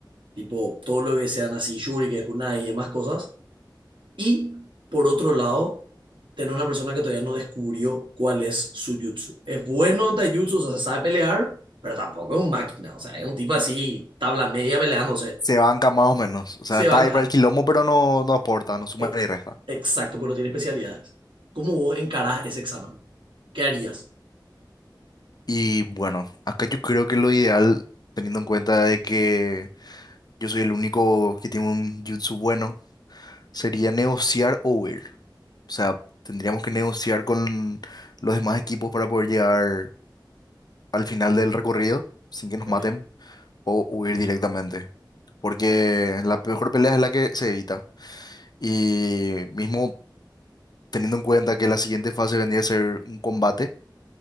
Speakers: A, on the right; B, on the left.
A: tipo todo lo que sean así, shurikens, kunai y demás cosas Y por otro lado, tener una persona que todavía no descubrió cuál es su jutsu. Es bueno en taijutsu, o sea, sabe pelear, pero tampoco es un máquina. O sea, es un tipo así, tabla media peleándose.
B: Se banca más o menos. O sea,
A: Se
B: está
A: banca.
B: ahí para el quilombo, pero no, no aporta, no suma
A: Ex-
B: ni resta.
A: Exacto, pero tiene especialidades. ¿Cómo vos encarás ese examen? ¿Qué harías?
B: Y bueno, acá yo creo que lo ideal, teniendo en cuenta de que yo soy el único que tiene un jutsu bueno, sería negociar o huir. O sea, tendríamos que negociar con los demás equipos para poder llegar al final del recorrido sin que nos
A: Ok,
B: maten. o huir directamente. Porque la mejor pelea es la que se evita. Y mismo teniendo en cuenta que la siguiente fase vendría a ser un combate,